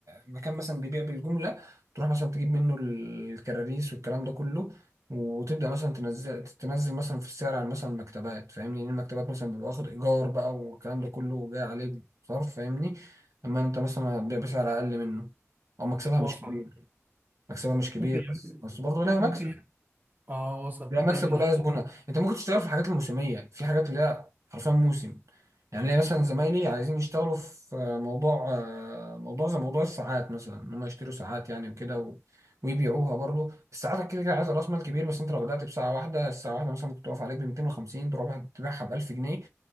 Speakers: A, on the right (about 75°); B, on the right (about 35°).
A: مكان مثلا بيبيع بالجمله تروح مثلا تجيب منه الكراريس والكلام ده كله وتبدا مثلا تنزل تنزل مثلا في السعر عن مثلا المكتبات فاهمني لان المكتبات مثلا بيبقى واخد ايجار بقى والكلام ده كله جاي عليه صرف فاهمني اما انت مثلا هتبيع بسعر اقل منه او مكسبها
B: وصل
A: مش كبير مكسبها مش كبير
B: ممكن يعمل
A: بس بس برضه لها
B: ممكن
A: مكسب
B: اه وصل
A: لا
B: ممكن
A: مكسب
B: يعمل
A: ولا
B: لي حاجة.
A: زبونه انت ممكن تشتغل في الحاجات الموسميه في حاجات اللي هي حرفيا موسم يعني ليا مثلا زمايلي عايزين يشتغلوا في موضوع آه، موضوع زي موضوع الساعات مثلا ان هم يشتروا ساعات يعني وكده و... ويبيعوها برضه الساعات كده كده عايزه راس مال كبير بس انت لو بدات بساعه واحده الساعه واحده مثلا ممكن تقف عليك ب 250 تروح تبيعها ب 1000 جنيه